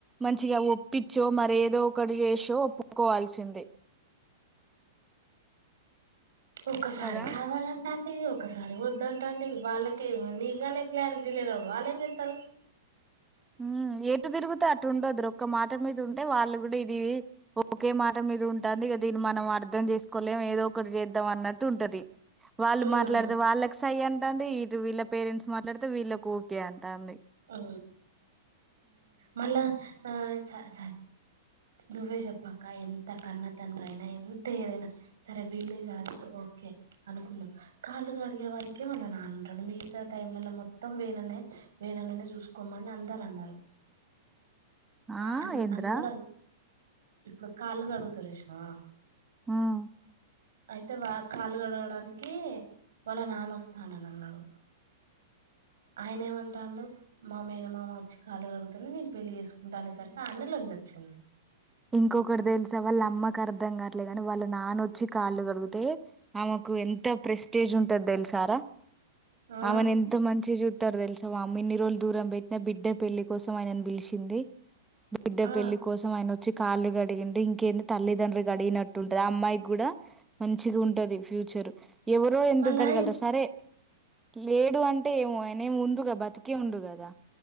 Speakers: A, in the centre; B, on the right (about 80°).
A: మంచిగా ఒప్పించో మర ఏదో ఒకటి చేసో ఒప్పుకోవాల్సిందే
B: ఒసారి
A: కదా!
B: కావాలన్నాం అ ఇ ఒకసారి వద్దంట అంటే వాళ్ళకిే నీకనే క్లారిటీ లేద ఉ వాళ్ళు ఏం చెప్తారు
A: హ ఏటు తిరుగుతేా ఆటు ఉండద్్ ఒక మాట మీద ఉంటే వాళ్ళు కూడా ఇది ఒకే మాట మీద ఉంటుంది దీన్ని మనం అర్థం చేసుకోలే ఏదో ఒకటి చేద్దాం అన్నట్టు ఉంటది
B: ఉమ్
A: వాళ్ళు మాట్లాడితే వాళ్ళకి సై ంట వీళ్ళ పేరెంట్స్ మాట్లాడితే వీళ్ళలకు ఓకే అంట అంది
B: ఆ మళ్ళ ఆ స నువ్వే జప్పక్క ఎంత కన్నతండ్ర అయినా ఎంత ఏదైనా సరే వీలీజ్ది ఓకే అనుకుందాం కాళ్ళుగా అడిగే వారికే వాళ్ళ నానంటాను మిగతా టైంల మొత్తం వేననే వేనన్ననే చూసుకోమని అందరు అన్నారు
A: ఆ!
B: అ
A: ఏందిరా?
B: అందరు ఇప్పుడు కాళ్ళు క అడుగుతారు చూసినవా
A: ఆా
B: అయితే వా కాళ్ళు గడగడానికి వాళ్ళ నాన్న వస్తానని అన్నాడు ఆయన ఏమంటాండు మామేన మామ వచ్చి కాలు అడుగుతనే నేను పెళ్ళి చేసుకుంటా అనే సరికి ఆ అన్నలో వచ్చింది
A: ఇంకొకటి తెల్సా వల్ అమ్మ అర్థం కావట్లేదు కాని వాళ్ళ నానొచ్చి కాళ్ళు కడిగితే ఆమెకు ఎంత ప్రెస్టేజ్ ఉంటది తెలుసు నార
B: ఆ
A: ఆమెను ఎంత మంచిగ చుత్తరు తెలుస వామ్మో ఇన్ని రోజులు దూరం పెట్టిన బిడ్డ పెళ్లి కోసం ఆయనను పిలిచింది బిడ్డ
B: ఆ
A: పెళ్లి కోసం ఆయన కాళ్ళు కడిగిండు ఇంకేంది తల్లిదండ్రులు గడిగినట్టుంటది ఆ అమ్మాయికి కూడా మంచి ఉంటది ఫ్య చర్ ఎవరు ఎందుకు
B: మళ్ళా
A: గడగలరా సరే లేడు అంటే ఏమో ఆయనేమీ ఉండు కదా బతికే ఉండు కదా